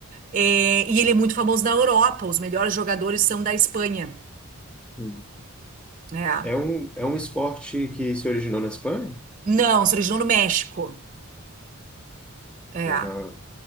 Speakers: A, on the right; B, in the centre.
A: É, e ele é muito famoso na Europa. Os melhores jogadores são da Espanha.
B: Hum.
A: É.
B: é um, é um esporte que se originou na Espanha?
A: Não, se originou no México. É.
B: É na